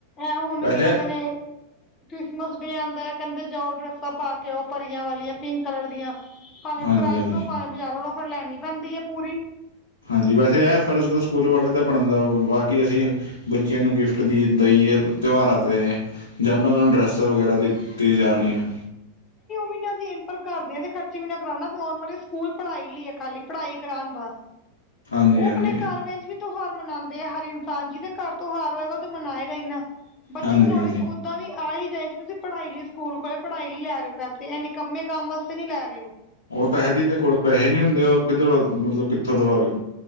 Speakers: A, on the left; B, on the left.
A: ਐ ਹੁਣ
B: ਵੈਸੇ
A: ਕੀ ਕਹਿੰਦੇ ਨੇ ਕ੍ਰਿਸਮਸ ਡੇ ਆਂਦਾ ਆ ਕਹਿੰਦੇ ਜਾਓ ਡਰੈੱਸਾਂ ਪਾ ਕੇ ਆਓ ਪਰੀਆਂ ਵਾਲੀਆਂ ਪਿੰਕ ਕਲਰ ਦੀਆਂ। ਭਾਵੇਂ
B: ਹਾਂਜੀ
A: ਕਿਰਾਏ
B: ਹਾਂਜੀ
A: ਤੇ ਲਓ, ਭਾਵੇਂ ਬਾਜ਼ਾਰੋਂ ਲੋ ਫਿਰ ਲੈਣੀ ਪੈਂਦੀ ਐ ਪੂਰੀ।
B: ਹਾਂਜੀ, ਵੈਸੇ ਇਹ ਫ਼ਰਜ਼ ਤਾ ਸਕੂਲ ਵਾਲਿਆਂ ਦਾ ਬਣਦਾ ਬਾਕੀ ਅਸੀਂ ਬੱਚਿਆਂ ਨੂੰ ਗਿਫਟ ਦਈ ਦਈਏ ਤਿਉਹਾਰਾਂ ਤੇ। ਜਾਂ ਉਹਨਾਂ ਨੂੰ ਡਰੈੱਸ ਵਗੈਰਾ ਦਿੱਤੀ ਜਾਣੀ ਆ।
A: ਪਿੰਡਾ ਤੀ ਐਨਟਰ ਕਰਦੇ ਆ ਤੇ ਖਰਚੇ ਵੀ ਨਾ ਕਰਾਣ ਨਾ ਤਾ ਮਤਲ ਕੀ ਸਕੂਲ ਪੜ੍ਹਾਈ ਲਈ ਐ ਖਾਲੀ ਪੜ੍ਹਾਈ ਕਰਾਣ ਬਸ।
B: ਹਾਂਜੀ
A: ਉਹ
B: ਹਾਂਜੀ
A: ਆਪਣੇ ਘਰ ਵਿਜ ਵੀ ਤਿਉਹਾਰ ਮਨਾਦੇ ਆ ਹਰ ਇਨਸਾਨ ਜਿਹਦੇ ਘਰ ਤਿਉਹਾਰ ਹੋਏਗਾ ਓ ਤੇ ਮਨਾਏਗਾ ਈ ਨਾ ਬੱਚੇ
B: ਹਾਂਜੀ
A: ਨੂੰ ਨੋਲੇਜ
B: ਹਾਂਜੀ
A: ਓ ਦੀਵਾਲੀ ਆ ਈ ਜਾਏਗੀ ਤੁਸੀਂ ਪੜ੍ਹਾਈ ਲਈ ਸਕੂਲ ਖੋਲ੍ਹਿਆ ਪੜ੍ਹਾਈ ਲਈ ਲੈ ਪੈਸੇ ਇਹ ਨਿਕੰਮੇ ਕੰਮ ਵਾਸਤੇ ਨੀ ਲੈ ਰੇ ਓ।
B: ਉਹ ਤਾਂ ਹੈ ਜੀਹਦੇ ਕੋਲ ਪੈਸੇ ਨੀ ਹੁੰਦੇ ਉਹ ਕਿੱਧਰੋਂ ਮਤਲਬ ਕਿੱਥੋਂ ਦਵਾ ਕੇ